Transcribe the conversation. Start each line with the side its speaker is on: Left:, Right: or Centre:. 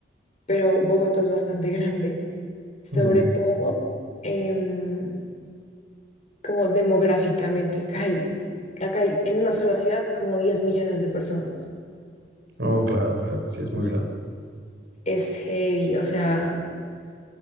Left: pero Bogotá es bastante <laughs> grande. sobre
Right: Ujú.
Left: todo em, como demográficamente. Acá hay, acá hay en una sola ciudad como 10 millones de personas.
Right: Oh, claro, claro. Sí, es muy grande.
Left: Es heavy, o sea,